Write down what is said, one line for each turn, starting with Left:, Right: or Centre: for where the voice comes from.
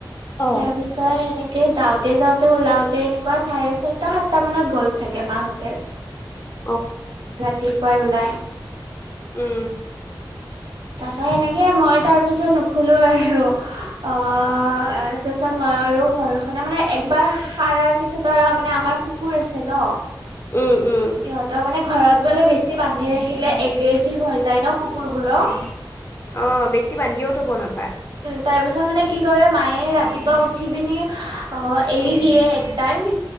Left: অ
Right: তাৰপিছত ত' এনেকে যাওঁতে শ-যাওঁতে ওলাওঁতে এনেকুৱা চাৰে ছয়টা সাতটা মানত গ'ল চাগে মাহঁতে।
Left: <inaudible>
Right: ৰাতিপুৱাই ওলাই।
Left: উম।
Right: তাৰপিছত সেনেকে মই তাৰপিছত নুশুলো আৰু। অহ, তাৰপিছত মই আৰু ঘৰখন মানে একবাৰ সাৰাৰ পিছত আৰু মানে আমাৰ কুকুৰ আছে ন'?
Left: উম', উম'।
Right: সিহঁতৰ মানে ঘৰত বোলে বেছি বান্ধি ৰাখিলে এগ্ৰেচিভ হৈ যায় ন' কুকুৰবোৰ।
Left: অহ, বেছি বান্ধিও থব নাপায়।
Right: তাৰপিছত মানে কি কৰে মায়ে ৰাতিপুৱা উঠি পিনি এৰি
Left: উম
Right: দিয়ে একটাইম।